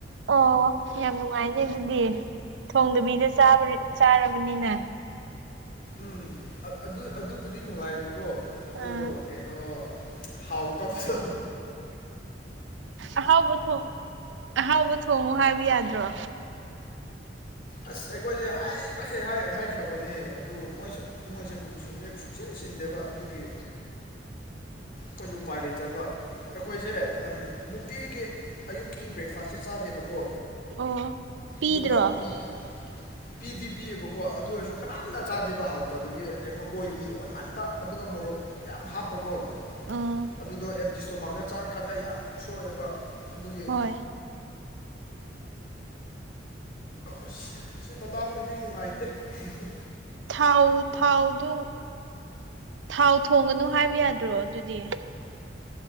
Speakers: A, on the right; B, on the left.
A: ꯑꯣ ꯌꯥꯝ ꯅꯨꯡꯉꯥꯏꯅꯦ ꯑꯗꯨꯗꯤ ꯊꯣꯡꯗꯕꯤꯗ ꯆꯥꯔꯕꯅꯤꯅ
B: ꯎꯝ ꯑꯗꯨ ꯑꯗꯨꯕꯨꯗꯤ ꯅꯨꯡꯉꯥꯏꯕꯀꯣ ꯑꯗꯨꯗ
A: ꯑꯥ
B: ꯀꯩꯅꯩꯅꯣ ꯍꯥꯎ ꯇꯗ
A: ꯑꯍꯥꯎꯕ ꯊꯣꯡ ꯑꯍꯥꯎꯕ ꯊꯣꯡꯉꯎ ꯍꯥꯏꯕ ꯌꯥꯗ꯭ꯔꯣ
B: ꯑꯁ ꯑꯩꯈꯣꯏꯁꯦ ꯍꯥꯏ ꯃꯈꯩ ꯍꯥꯏꯈ꯭ꯔꯕꯅꯦ ꯑꯗꯨ ꯃꯣꯏꯁꯨ ꯃꯣꯏꯁꯦ ꯀꯨꯛꯆꯤꯡꯁꯦ ꯁꯨꯡꯆꯤ ꯁꯤ ꯗꯕ ꯑꯗꯨꯒꯤ ꯀꯣꯏꯁꯨ ꯎꯄꯥꯏ ꯂꯩꯇ꯭ꯔꯕ ꯑꯩꯈꯣꯏꯁꯦ ꯑ ꯅꯨꯡꯇꯤꯒꯤ ꯑꯌꯨꯛꯀꯤ ꯕ꯭ꯔꯦꯛꯐꯥꯁꯁꯦ ꯆꯥꯗꯦꯕꯀꯣ
A: ꯑꯣ ꯄꯤꯗ꯭ꯔꯣ
B: ꯑꯗꯨꯒ <inaudible> ꯄꯤꯗꯤ ꯄꯤꯌꯦꯕꯀꯣ ꯑꯗꯨ ꯑꯣꯏꯔꯁꯨ ꯀꯅꯥꯝꯅ ꯆꯥꯗꯦꯕ ꯍꯥꯎꯇꯕꯒꯤ ꯀꯩꯅꯣ ꯑꯣꯏꯂꯤ ꯑꯣꯏꯃꯟꯕ ꯑꯗꯨꯒ ꯃꯣꯔꯣꯛ ꯌꯥꯝ ꯍꯥꯞꯄꯀꯣ
A: ꯎꯝ
B: ꯑꯗꯨꯗꯣ ꯑꯦꯝꯇꯤ ꯏꯁꯇꯣꯃꯥꯛꯇ ꯆꯥꯔꯥꯀꯥꯟꯗ ꯌꯥꯝ ꯁꯣꯛꯑꯦꯕ ꯑꯗꯨꯒꯤ
A: ꯍꯣꯏ
B: ꯑꯁ ꯁꯤ ꯃꯇꯥꯡꯗꯗꯤ ꯅꯨꯡꯉꯥꯏꯇꯦ ꯍꯤ ꯍꯤ
A: ꯊꯥꯎ ꯊꯥꯎꯗꯨ ꯊꯥꯎ ꯊꯣꯡꯉꯅꯨ ꯍꯥꯏꯕ ꯌꯥꯗ꯭ꯔꯣ ꯑꯗꯨꯗꯤ